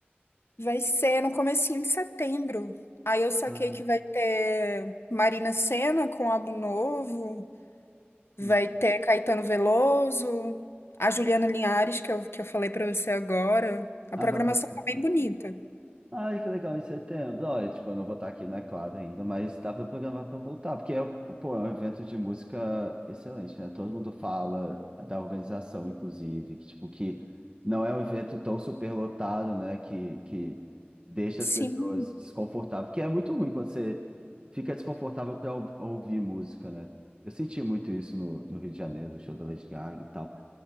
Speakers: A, on the left; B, on the right.
A: Vai ser no comecinho de setembro. Aí eu
B: Ah,
A: saquei que vai ter Marina Sena com álbum novo, vai
B: hum.
A: ter Caetano Veloso, a Juliana Linhares, que eu, que eu falei pra você agora. A
B: Ah,
A: programação
B: vai participar.
A: tá bem bonita.
B: Ai, que legal, em setembro. Olha, tipo, eu não vou estar aqui, né? Claro, ainda, mas dá para programar para voltar, porque é, um, pô, é um evento de música excelente, né? Todo mundo fala da organização, inclusive, que, tipo, que não é um evento tão superlotado, né? Que, que deixa
A: Sim.
B: as pessoas desconfortáveis, porque é muito ruim quando você fica desconfortável para ouvir música, né? Eu senti muito isso no, no Rio de Janeiro, do show da Lady Gaga e tal.